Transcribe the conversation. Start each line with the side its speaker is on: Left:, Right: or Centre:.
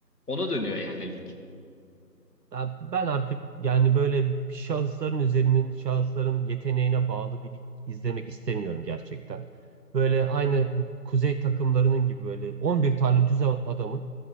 Left: Ona dönüyor yani lig.
Right: Ya Ben artık yani böyle şahısların üzerinin şahısların yeteneğine bağlı bir lig izlemek istemiyorum gerçekten. Böyle aynı kuzey takımlarının gibi böyle 11 tane düz adamın